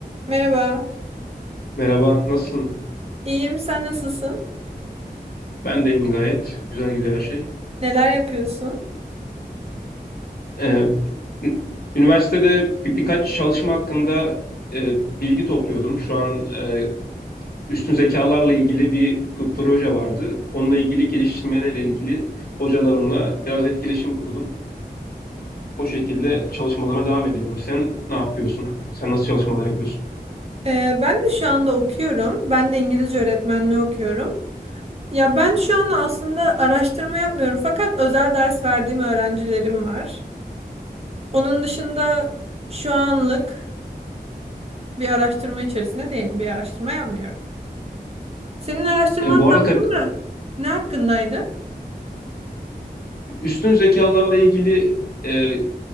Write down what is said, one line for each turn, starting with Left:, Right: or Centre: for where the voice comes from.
Right: Merhaba.
Left: Merhaba, nasılsın?
Right: İyiyim, sen nasılsın?
Left: Ben de iyiyim gayet. Güzel gidiyor her şey.
Right: Neler yapıyorsun?
Left: Ee, ü- üniversitede bir, birkaç çalışma hakkında e, bilgi topluyordum. Şu an e, üstün zekalarla ilgili bir p- proje vardı. Onunla ilgili geliştirmelerle ilgili hocalarımla biraz etkileşim kurdum. O şekilde çalışmalarıma devam ediyorum. Sen ne yapıyorsun? Sen nasıl çalışmalar yapıyorsun?
Right: Ee, ben de şu anda okuyorum. Ben de İngilizce öğretmenliği okuyorum. Ya ben şu anda aslında araştırma yapmıyorum fakat özel ders verdiğim öğrencilerim var. Onun dışında şu anlık bir araştırma içerisinde değilim. Bir araştırma yapmıyorum. Senin araştırman
Left: E, bu
Right: tam
Left: arada kat-
Right: olarak ne hakkındaydı?
Left: üstün zekalarla ilgili e,